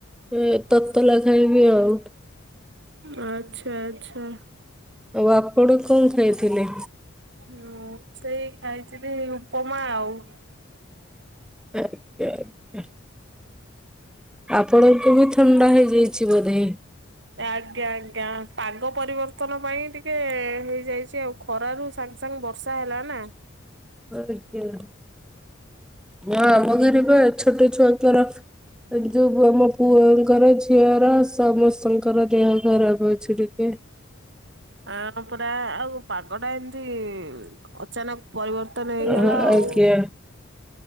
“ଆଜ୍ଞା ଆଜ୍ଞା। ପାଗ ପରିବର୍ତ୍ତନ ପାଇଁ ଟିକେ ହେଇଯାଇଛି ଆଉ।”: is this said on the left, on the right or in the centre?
Right